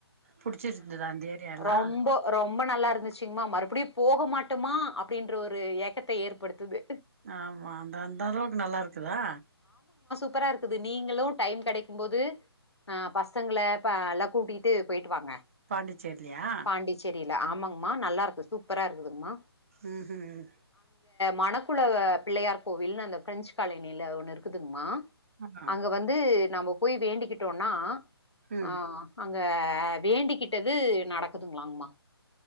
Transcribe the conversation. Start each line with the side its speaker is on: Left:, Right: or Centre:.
Right: புடிச்சிருந்ததா
Left: அ
Right: அந்த ஏரியால்லா
Left: ரொம்போ ரொம்ப நல்லாருந்துச்ங்மா மறுப அப்டி போக மாட்டமா அப்டின்ற ஒரு ஏக்கத்த ஏற்படுத்துது
Right: ஆமா அந்த அந்த அளவுக்கு நல்லாருக்குதா
Left: சூப்பராருக்குது நீங்களு டைம் கெடைக்கும் போது அ பசங்கள ப ல்லா கூட்டி கிட்டு போய்ட் டுவாங்க
Right: பாண்டிச்சேரிலயா
Left: பாண்டிச்சேரில ஆமாங்மா நல்லாருக்கு சூப்பராருக்குதுங்மா
Right: ம் ஹூம்
Left: மணக்குல பிள்ளையார் கோவில்னு அந்த பிரெஞ்ச் காலனில ஒன்னு இருக்குதுங்மா
Right: ஆமா
Left: அங்க வந்து நம்ப் போய் வேண்டிக்கிட்டோனா
Right: ம்
Left: அ அ அங்க வேண்டிக்கிட்டது நடக்குதுங்களாமா